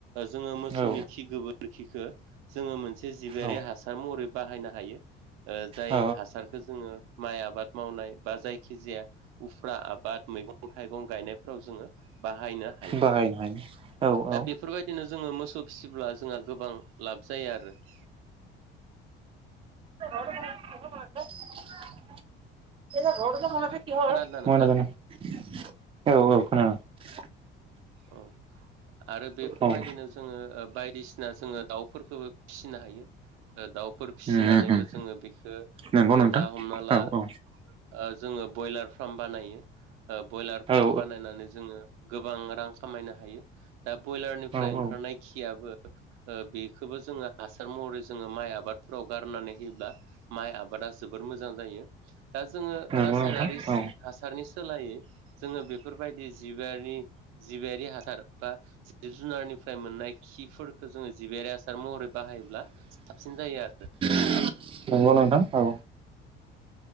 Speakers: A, on the right; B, on the right.
A: जोङो मोसौनि
B: औ
A: खि गोबोरखिखो जोङो मोनसे जिबिआारि
B: औ
A: हासार महरै बाहायनो हायो। ओ जाय
B: औ
A: हासारखो जोङो माइ आबाद मावनाय बा जायखि जाया उफ्रा आबाद मोन मैगं थाइगं गायनायफोराव जोङो बाहायनो हायो
B: बाहायनो हायो औ औ
A: दा बेफोरबायदिनो जोङो मोसौ फिसिब्ला जोंहा गोबां लाब जायो आरो <inaudible>
B: <unintelligible> <unintelligible> औ
A: खोनादोंना नोंथां
B: औ खोनादों
A: औ आरो बेफोरबायदिनो
B: औ उम
A: जोङो बायदिसिना जोङो दाउफोरखौबो फिनो हायो ओ दाउफोर फिसिनानैबो
B: उम
A: जोङो बेखो
B: नंगौ
A: ओ
B: नोंथां
A: दा हमना ला
B: औ औ
A: ओ जोङो ब्रयलार फार्म बानायो ब्रयलार
B: औ
A: फार्म बानायनानै जोङो गोबां रां खामायनो हायो दा ब्रयलारनिफ्राय
B: औ औ
A: ओंखारनाय खियाबो ओ बेखौबो जोङो हासार महरै जोङो माइ आबादफोराव गारनानै होयोब्ला माइ आबादा जोबोर मोजां जायो दा जोङो
B: नंगौ
A: रासायनारि
B: नोंथां औ
A: हासारनि सोलायै जोङो बेफोर बेबायदि जिबबारनि जिबियारि हासार बा जिब जुनारनिफ्राय मोननाय खिफोरखौ जोङो जिबियारि हासार महरै बाहाय योब्ला साबसिन जायो आरो।
B: <unintelligible> नंगौ नोंथां औ।